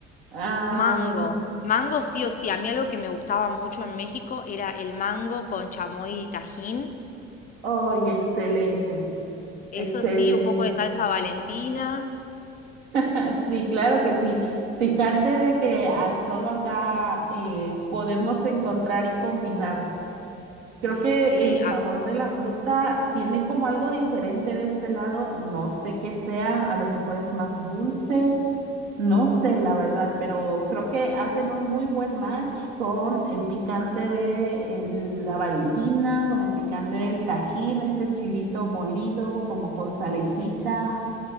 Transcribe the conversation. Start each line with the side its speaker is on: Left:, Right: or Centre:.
Right: Am,
Left: Mango. Mango sí o sí. A mí algo que me gustaba mucho en México era el mango con chamoy y tajín.
Right: ¡Ay, excelente!
Left: Eso
Right: Excelente.
Left: sí, un poco de salsa Valentina.
Right: <laughs> Sí, claro que sí. Picante del que ah, solo acá eh, podemos encontrar y combinar. Creo
Left: Ay,
Right: que
Left: sí,
Right: el sabor
Left: ac-
Right: de la fruta tiene como algo diferente de este lado. No sé qué sea, a lo mejor es más dulce, no sé la verdad, pero creo que hacen un muy buen match con el picante de el- la Valentina, con el picante del Tajín, este chilito molido, como con salecita.
Left: ay, sí.